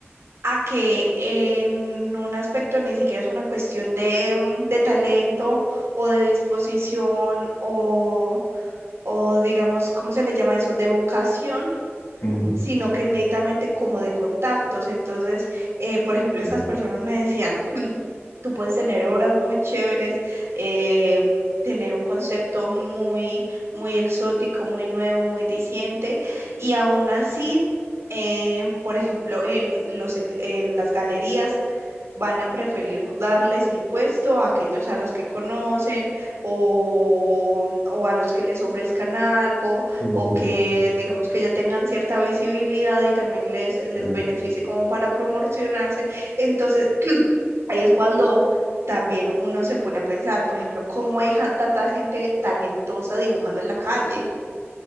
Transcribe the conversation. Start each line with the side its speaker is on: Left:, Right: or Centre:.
Right: a que en un aspecto ni siquiera es una cuestión de, mm, de talento o de disposición o, o digamos, ¿cómo se le llama eso? De vocación,
Left: Ujú,
Right: sino que netamente como de contactos. Entonces, eh, por ejemplo, estas
Left: Bien.
Right: personas me decían... Tú puedes tener obras muy chéveres, eh, tener un concepto muy, muy exótico, muy nuevo, muy diciente, y aún así, eh, por ejemplo, en los, ex- en las galerías van a preferir darles el puesto a aquellos a los que conocen o, o a los que les ofrezcan algo
Left: ujú.
Right: o que digamos que ya tengan cierta visibilidad y también les, les
Left: eh,
Right: beneficie como para promocionarse. Entonces, <clears throat> ahí es cuando también uno se pone a pensar, por ejemplo, cómo hay jan- tanta gente talentosa dibujando en la calle